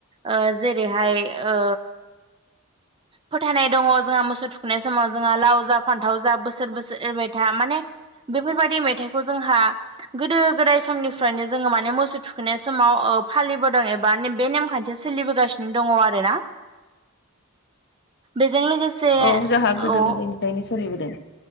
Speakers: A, on the right; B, on the left.
A: ओ जेरैहाय ओ फोथायनाय दङ जोंहा मोसौ थुखुनाय समाव जोंहा लाव जा फान्थाव जा बोसोर बोसोर एरबाय था माने बेफोरबायदि मेथाइखौ जोंहा गोदो गोदाय समनिफ्रायनो जोङो माने मोसौ थुखैनाय समाव ओ फालिबोदों एबा बे नेमखान्थिया सोलिबोगासिनो दङ आरोना बेजों लोगोसे
B: औ जोंहा गोदो
A: औ
B: गोदायनिफ्रायनो सोलिबोदों